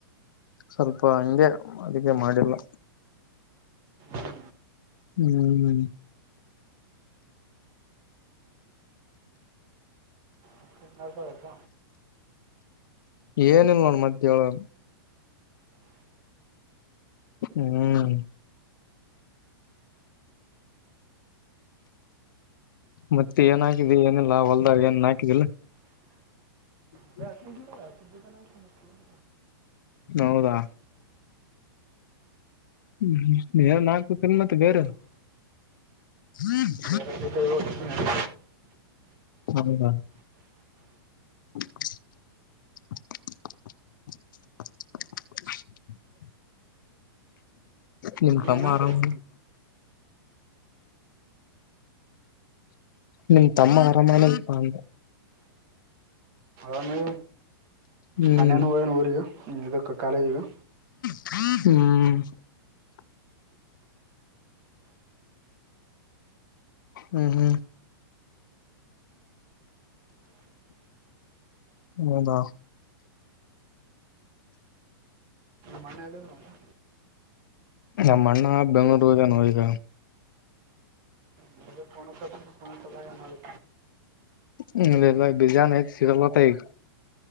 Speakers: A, on the left; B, on the right.
A: ಸ್ವಲ್ಪ ಹಂಗೆ ಅದಕ್ಕೆ ಮಾಡಿಲ್ಲ
B: ಹ್ಞೂ
A: ಹ್ಮ್
B: ಅಷ್ಟೊಂದು ಅರ್ಥ
A: ಏನಲ್ ನೋಡ್ ಮತ್ತೆ ಹೇಳೋ ಹ್ಮ್ ಮತ್ತೆ ಏನ್ ಹಾಕಿದ ಏನಿಲ್ಲ ಹೊಲ್ದಾರ್ ಏನ್ ಹಾಕಿದಿಲ್ಲ ಹ್ಮ
B: ಅದೇ ಅಷ್ಟು ಗಿಡ ಅಷ್ಟು ಗಿಡನೇ ಹಾಕು ಮತ್ತೇನು
A: ಹೌದಾ ಹ್ಮ್್ಮ ನಾಲ್ಕು ಮತ್ತೆ ಬೇರೆ ಹ್ಮೀ <unintelligible>
B: <unintelligible>
A: ಹಾ ಹಾ <unintelligible> ನಿಮ್ ತಮ್ಮ
B: ಏನಾಗ್ತದೆ
A: ಆರಾಮ ನಿಮ್ ತಮ್ಮ ಅರಾಮಾನ ಅಂದ
B: ಅವೇಲೆ
A: ಹ್ಮ್
B: ಮನ್ಯಹನ ಒನ ಊರಿಗೆ ಇದಕ್ಕೆ ಕಾಲೇಜಿಗೆ
A: ಹ್ಮ್ <inaudible> ಹ್ಮ್ ಹ್ಮ್ ಹ್ಮದಾ
B: ಮನೆ ಅೆಯಲ್ಲಿ ನ
A: ನಮ್ಮ ಅಣ್ಣ ಬೆಂಗಳೂರು ನೋ ಈಗ
B: ನಿಮಗೆ ಫೋನ್ ಹಚ್ಚಕೊಂಡು ಫೋನ್ ಹಚ್ಚಲ್ಲ ಏನಾದ್ರು
A: ಹ್ಮಲ್ಲ ಬಿರಿಯಾನ ಐ ಸಿಗಲತ್ತ ಈಗ